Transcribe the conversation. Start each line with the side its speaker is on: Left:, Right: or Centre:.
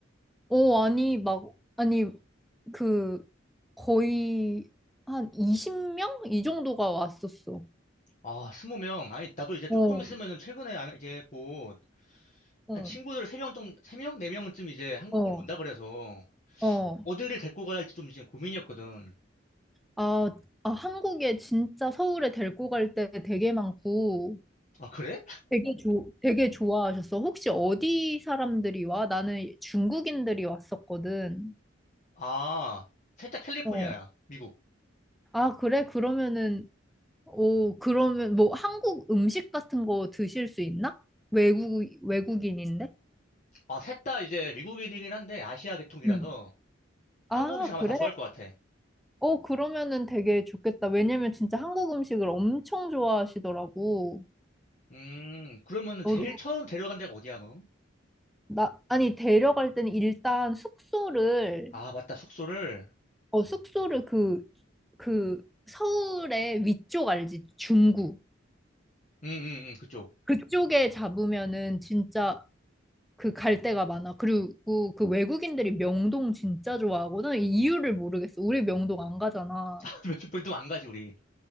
Centre: 어, 아니, 막, 아니, 그, 거의 한 20명? 이 정도가 왔었어.
Left: 아, 스무 명. 아니, 나도 이제 조금
Centre: 어,
Left: 있으면은 최근에 아, 이제 곧
Centre: 어,
Left: 한 친구들 세 명 좀, 세 명? 네 명쯤 이제 한국으로
Centre: 어,
Left: 온다 그래서
Centre: 어.
Left: 어디를 데리고 가야 할지 좀 지금 고민이었거든.
Centre: 아, 아, 한국에 진짜 서울에 데리고 갈 때 되게 많고,
Left: 아, 그래?
Centre: 되게 좋 되게 좋아하셨어. 혹시 어디 사람들이 와? 나는 중국인들이 왔었거든.
Left: 아, 셋 다 캘리포니아야.
Centre: 어.
Left: 미국.
Centre: 아, 그래? 그러면은, 오, 그러면 뭐 한국 음식 같은 거 드실 수 있나? 외국, 외국인인데?
Left: 아, 셋 다 이제 미국인이긴 한데 아시아 계통이라서
Centre: 응. 아,
Left: 한국 음식 아마
Centre: 그래?
Left: 다 좋아할 것 같아.
Centre: 어, 그러면은 되게 좋겠다. 왜냐면 진짜 한국 음식을 엄청 좋아하시더라고.
Left: 음, 그러면 은
Centre: 너도,
Left: 제일 처음 데려간 데가 어디야, 넌?
Centre: 나, 아니, 데려갈 때는 일단 숙소를
Left: 아, 맞다. 숙소를.
Centre: 어, 숙소를 그, 그 서울의 위쪽 알지? 중구.
Left: 응응응 그쪽
Centre: 그쪽에 잡으면은 진짜 그 갈 데가 많아. 그리고 그 외국인들이 명동 진짜 좋아하거든. 이 이유를 모르겠어. 우리 명동 안 가잖아.
Left: <laughs> 몇분도 안 가지 우리